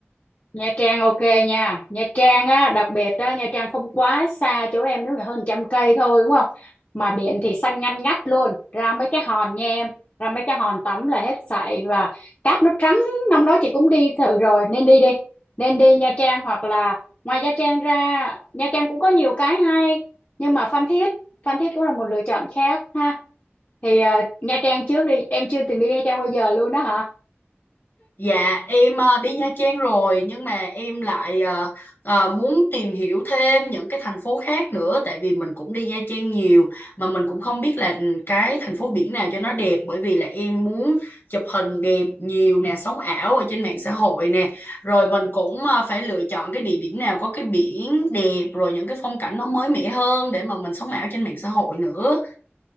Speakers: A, on the left; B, on the left.
A: Nha Trang ok nha Nha Trang á đặc biệt á Nha Trang không quá xa chỗ em nếu là hơn trăm cây thôi đúng không mà biển thì xanh ngăn ngắt luôn ra mấy cái hòn nha em ra mấy cái hòn tắm là hết sảy và cát nó trắng năm đó chị cũng đi thử rồi nên đi đi nên đi Nha Trang hoặc là ngoài Nha Trang ra Nha Trang cũng có nhiều cái hay nhưng mà Phan Thiết Phan Thiết cũng là một lựa chọn khác ha thì à, Nha Trang trước đi em chưa từng đi Nha Trang bao giờ luôn đó hả
B: Dạ em ờ, đi Nha Trang rồi nhưng mà em lại ờ, ờ, muốn tìm hiểu thêm những cái thành phố khác nữa tại vì mình cũng đi Nha Trang nhiều mà mình cũng không biết là cái thành phố biển nào cho nó đẹp bởi vì là em muốn chụp hình đẹp nhiều nè, sống ảo ở trên mạng xã hội nè. Rồi mình cũng ờ, phải lựa chọn cái địa điểm nào có cái biển đẹp rồi những cái phong cảnh nó mới mẻ hơn để mà mình sống ảo trên mạng xã hội nữa.